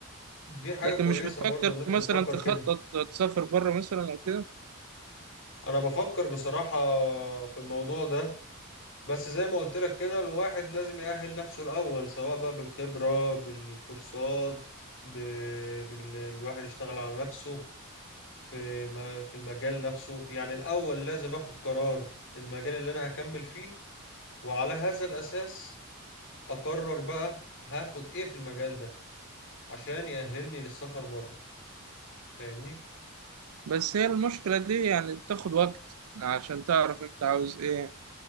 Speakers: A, on the left (about 60°); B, on the right (about 80°).
A: دي حاجة
B: لكن
A: كويسة
B: مش بتفكر
A: برضو ان انت
B: مثلا
A: بتفكر
B: تخطط
A: كده
B: تسافر بره مثلا او كده
A: انا بفكر بصراحة في الموضوع ده بس زي ما قلت لك كده الواحد لازم يأهل نفسه الاول سواء بقى بالخبرة بالكورسات ب... بال... الواحد يشتغل على نفسه في ما... في المجال نفسه يعني الاول لازم اخد قرار المجال اللي انا هكمل فيه وعلى هذا الأساس أقرر بقى هاخد إيه في المجال ده عشان يأهلني للسفر بره فاهمني؟
B: بس هي المشكلة دي يعني بتاخد وقت عشان تعرف انت عاوز ايه